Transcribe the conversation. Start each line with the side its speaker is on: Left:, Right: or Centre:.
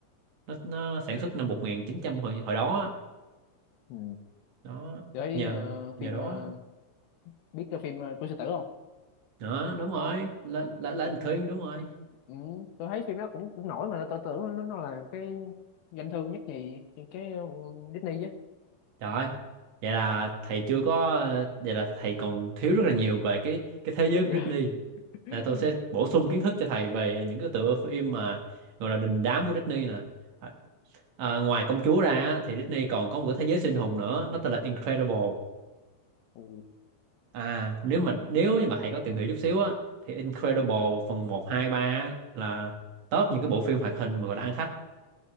Right: nó nó sản xuất năm 1900 hồi hồi đó á.
Left: ừ,
Right: đó
Left: tôi thấy
Right: nhờ
Left: ờ,
Right: nhờ
Left: phim
Right: đó
Left: ờ, biết cái phim ờ, của sư tử không
Right: đó đúng rồi là là là
Left: tôi,
Right: anh Khuyên đúng rồi
Left: ừ, tôi thấy phim đó cũng cũng nổi mà tôi, tôi tưởng nó, nó là cái doanh thu nhất nhì cái ờ, Disney chứ
Right: rồi vậy là thầy chưa có vậy là thầy còn thiếu rất là nhiều về cái cái thế giới
Left: dạ
Right: của Disney
Left: <laughs>
Right: là tôi sẽ bổ sung kiến thức cho thầy về những cái tựa phim mà gọi là đình đám của Disney nè à, à, ngoài công chúa ra á, thì Disney còn có một cái thế giới siêu anh hùng nữa nó tên là Incredible
Left: ừ.
Right: à nếu mà nếu như mà thầy có tìm hiểu chút xíu á thì Incredible phần một 2 3 á, là top những cái bộ phim hoạt hình mà gọi là ăn khách